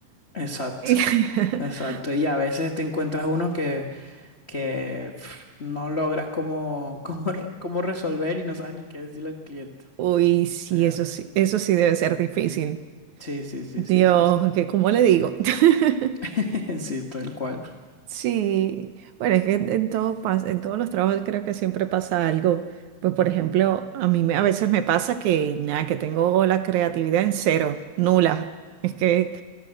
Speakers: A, on the left; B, on the right.
A: Exacto,
B: <laughs>
A: exacto. Y a veces te encuentras uno que que pf, no logras cómo, <laughs> cómo, re- cómo resolver y no sabes ni qué decirle al cliente.
B: Uy, sí,
A: O sea,
B: eso sí, eso sí debe ser difícil.
A: sí, sí, sí,
B: Dios,
A: sí, sí, sí.
B: que ¿cómo le digo? <laughs>
A: <laughs> Sí, tal cual.
B: Sí, bueno, es que en, en todo pas- en todos los trabajos creo que siempre pasa algo. Pues por ejemplo, a mí me- a veces me pasa que nada, que tengo la creatividad en cero, nula. Es que,